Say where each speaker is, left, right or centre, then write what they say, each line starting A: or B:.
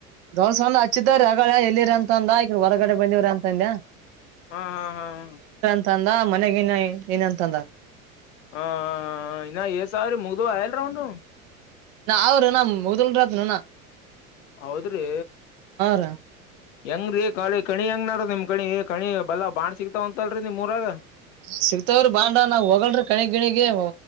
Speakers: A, on the right (about 45°); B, on the left (about 60°).
A: ದೋರ್ಸಂದ ಹಚ್ಚಿದ್ರ ಹಾಗಗಳ ಎಲ್ಲಿರ ಅಂತಂದ ಈಗ್ರ ಹೊರಗಡೆ ಬಂದಿವ್ರ ಅಂತಂದ
B: ಹಾ ಹಾ ಹಾ ಹಾ
A: ಂತಂದ ಮನೆಗ ನ್ ಏನಂತಂದ
B: ಹ ಇನ್ನ ಸಾವ್ರ ಮುಗ್ದ ಆಯಲ್ ರೌಂಡು
A: ಅವರುಣ ಮುದಲ್ರತ್ನುಣ
B: ಹೌದ್ರೀ
A: ರೀ
B: ಹೆಂಗ ರೀ ಕಾಳಿ ಕಣಿ ಹೆಂಗ ನಡ ನಿಮ್ ಕಣಿ ಕಣಿ ಬಲ್ಲಾ ಬಾಣ್ ಸಿಗ್ತಾವ ಅಂತಲ್ರರಿ ನಿಮ್ ಊರಾಗ
A: ಹ ಸಿಗ್ತವ್ರಿ ಬಾಂಡ ನಾವ್ ಹೋಗಲ್ರರಿ ಕಣಿಗ್ ಗಣಿಗ